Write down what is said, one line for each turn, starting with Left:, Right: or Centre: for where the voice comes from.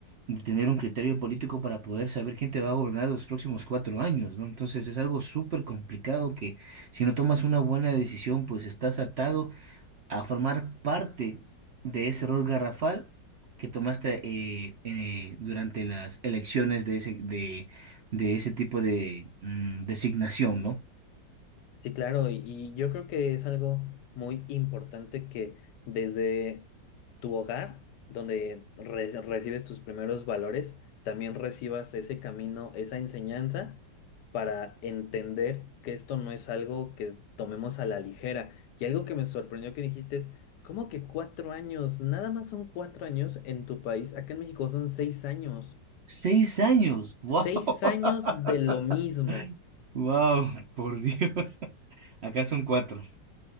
Right: de tener un criterio político para poder saber quién te va a gobernar los próximos cuatro años, ¿no? Entonces es algo súper complicado que si no tomas una buena decisión, pues estás atado a formar parte de ese error garrafal que tomaste eh, eh, durante las elecciones de ese, de, de ese tipo de mm, designación, ¿no?
Left: Sí, claro, y, y yo creo que es algo muy importante que desde tu hogar, donde re- recibes tus primeros valores, también recibas ese camino, esa enseñanza para entender que esto no es algo que tomemos a la ligera. Y algo que me sorprendió que dijiste es, ¿cómo que cuatro años? Nada más son cuatro años en tu país. Acá en México son seis años.
Right: Seis años, wow,
Left: Seis años
Right: <laughs>
Left: de lo mismo.
Right: wow, por Dios, <laughs> acá son cuatro.